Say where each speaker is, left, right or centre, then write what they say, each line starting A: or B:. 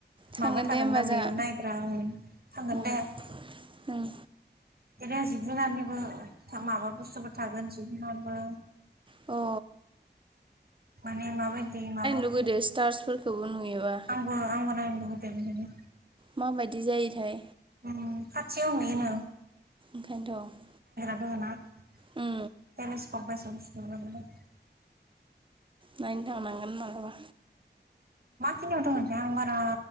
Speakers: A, on the right (about 30°); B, on the right (about 55°).
A: थांगोन
B: माबा थागोन
A: दे होमबा
B: ना
A: जोंहा
B: बेयाव नायग्रा उम थांगोन
A: उम
B: दे।
A: उम
B: बिदिनो जिब जुनारनिबो माबा बुस्थुबो थागोन जिब जुनारबो
A: औ
B: माने माबायदि माबाखौ
A: लुगैदो स्टार्सफोरखौबो नुयोबा
B: आंबो आंबो नायनो लु
A: माबायदि जायोथाय
B: उम खाथियाव नुयोनो
A: ओंखायनोथ'
B: <unintelligible>
A: उम नायनो थांनांगोन मालाबा।
B: बबे खिनियाव दङथाय आं बारा